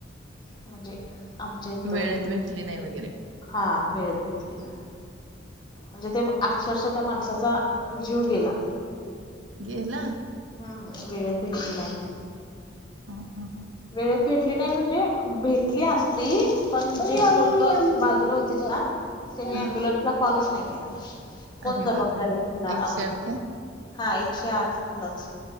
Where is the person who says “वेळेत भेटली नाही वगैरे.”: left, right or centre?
Right